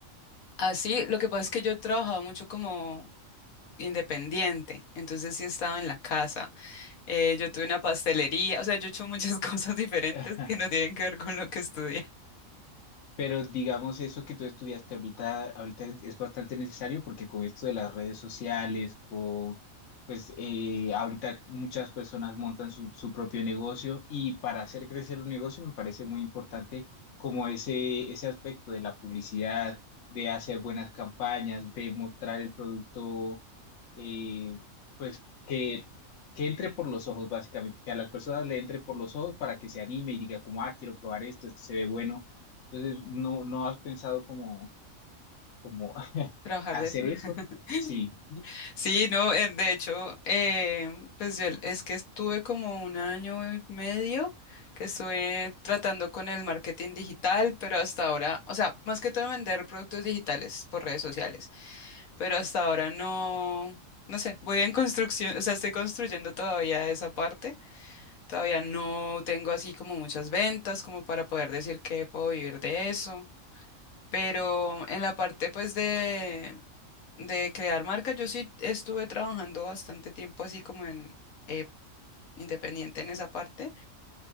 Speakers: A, on the left; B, on the left.
A: así, lo que pasa es que yo he trabajado mucho como independiente, entonces sí estaba en la casa. eh, yo tuve una pastelería, o sea, yo he hecho muchas <laughs> cosas diferentes
B: <laughs>
A: que no tienen que ver con lo que estudié.
B: Pero digamos, eso que tú estudiaste ahorita, ahorita es, es bastante necesario porque con esto de las redes sociales, con, pues eh, ahorita muchas personas montan su, su propio negocio y para hacer crecer un negocio me parece muy importante como ese, ese aspecto de la publicidad, de hacer buenas campañas, de mostrar el producto, eh, pues que, que entre por los ojos básicamente, que a las personas le entre por los ojos para que se anime y diga como, ah, quiero probar esto, esto se ve bueno entonces, ¿no, no has pensado como, como <laughs>
A: Trabajar
B: hacer
A: de eso.
B: eso?
A: <laughs>
B: Sí,
A: Sí, no, eh, de hecho, eh, pues yo el- es que estuve como un año y medio que estuve tratando con el marketing digital, pero hasta ahora, o sea, más que todo vender productos digitales por redes sociales, pero hasta ahora no, no sé, voy en construcción, o sea, estoy construyendo todavía esa parte, todavía no tengo así como muchas ventas como para poder decir que puedo vivir de eso. Pero en la parte pues de de crear marca, yo sí estuve trabajando bastante tiempo así como en eh, independiente en esa parte,